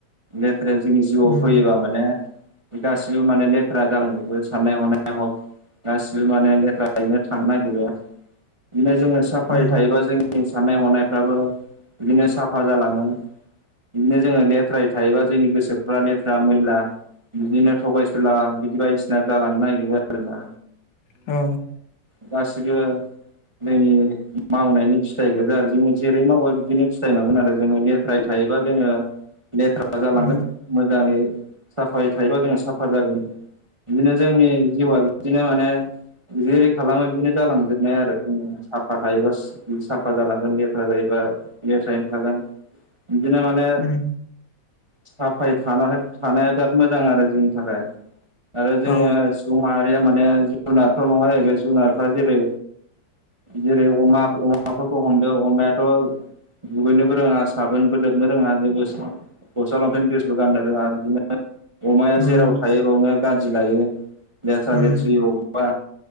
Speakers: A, on the right; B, on the left.
A: लेथ्राया जोंनि जिउआव
B: उम
A: फैयोबा माने गासिबो माने लेथ्रा जालांजोबो साननाय हनाय हक गासिबो माने लेथ्राखायनो थांनो नागिरो बिदिनो जोङो साफाय
B: उम
A: थायोबा जों जोंनि साननाय हनायफ्राबो बिदिनो साफा जालाङो। बिदिनो जोङो लेथ्रायै थायोबा जोंनि गोसोफ्रा लेथ्रा मैला बिदिनो थगायसुला बिदि बायदिसिना जालांनो नागिरो आरो ना?
B: औ।
A: गासिबो जोंनि मावनायनि फिथाइगोजा आरो जोङो जेरै मावो बिदिनो फिथाइ मोनगोन आरो जोङो लेथ्रायै था योबा जोङो लेथ्रा जालांगोन
B: उम
A: मोजांङै साफायै थायोबा जों साफा जागोन बिदिनो जोंनि जिउआ बिदिनो माने जेरै खालामो बिदिनो जालां जोबनाय आरो जों साफा थायोब्ला सु साफा जालांगोन लेथ्रा जायोबा लेथ्रायैनो थागोन।
B: <inaudible>
A: बिदिनो माने
B: उम
A: साफायै थाना थानाया बिराद मोजां आरो जोंनि थाखाय आरो जोङो
B: औ
A: सुबुं माहारिया माने जुनारथ' नंङा जाहैबाय जुनारफ्रा जेरै जेरै अमा अमाफोरखौ हमदो अमायाथ' दुगैनोबो रोङा साबोनबो लोबनो रोङा जेबो गस्ला लंफेन द्रेसबो गाननो रोङा बिदिनो अमाया
B: उम
A: जेराव थायो बावनो गादि लायो लेथ्रा
B: उम
A: लेथ्रि बबेबा